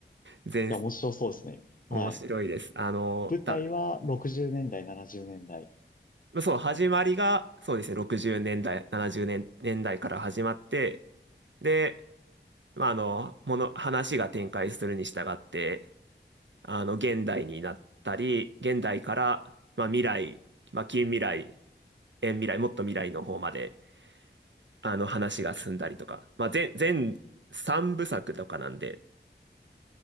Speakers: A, on the right; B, on the left.
A: 全、
B: や、面白そうですね。はい。
A: 面白いです。あの、
B: 舞台は60年代、
A: た、
B: 70年代。
A: まあそう、始まりが、そうですね、60年代、70年、年代から始まって、で、まあ、あの、もの、話が展開するに従って、あの、現代になったり、現代から、まあ、未来、まあ、近未来、遠未来、もっと未来の方まで、あの、話が進んだりとか、まあ、全、全3部作とかなんで、